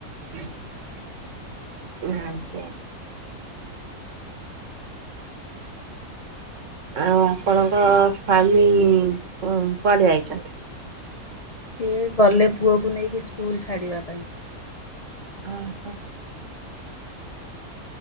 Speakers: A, on the right (about 55°); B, on the left (about 30°).
A: ଆଜ୍ଞା ଆଜ୍ଞା। ଆଉ ଆପଣଙ୍କ ସ୍ଵାମୀ କନ କୁଆଡେ ଯାଇଛନ୍ତି।
B: ସିଏ ଗଲେ ପୁଅକୁ ନେଇକି ସ୍କୁଲ ଛାଡ଼ିବା ପାଇଁ
A: ଓ ହୋ।